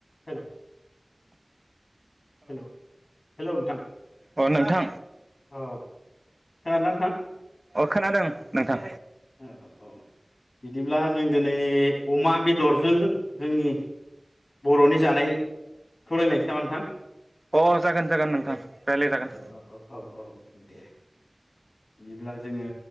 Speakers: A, on the left (about 85°); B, on the right (about 35°).
A: Hello hello hello नोंथां
B: अ नोंथां
A: औ खोनादोंना नोंथां
B: अ खोनादों नोंथां
A: औ औ औ बिदिब्ला जों दिनै अमा बेदरजों जोंनि बर'नि जानायखौ रायलायनोसै नामा नोंथां?
B: अ जागोन जागोन नोंथां रायलाय जागोन।
A: औ औ औ औ दे। बिदिब्ला जोङो